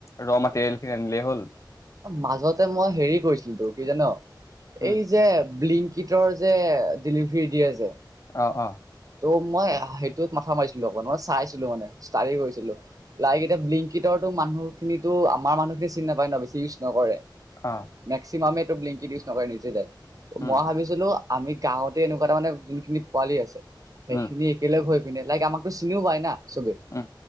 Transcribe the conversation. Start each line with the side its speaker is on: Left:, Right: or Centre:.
Left: ৰ মোটেৰিয়েল খিনি আনিলেই হ'ল।
Right: মাজতে মই হেৰি কৰিছিলো তো কি জন,
Left: উম
Right: এই বিলিং। কীটৰ যে ডেলিভাৰী দিয়ে যে।
Left: আহ অ।
Right: ত' মই সেইটোত মাথা মাৰিছিলো অক মই চাইছিলো মানে ষ্টাডি কৰিছিলো লাইক এতিয়া বিংকটো মানুহখিনিতো আমাৰ মানুহখিনি চিনি নাপায় ন বেছি। ইউজ নকৰে।
Left: অ
Right: মেক্সিমামে। লিংকি দিউজ নাপয় নিজে যায়।
Left: উম
Right: মই ভাবিছিলো। আমি গাঁৱতে এনেকুৱা তাৰমানে যোনখিনি পোৱালি আছে। সেইখিনি
Left: উম
Right: একেলগ হৈ। লাইক আাকো চি হব না। চবে
Left: উম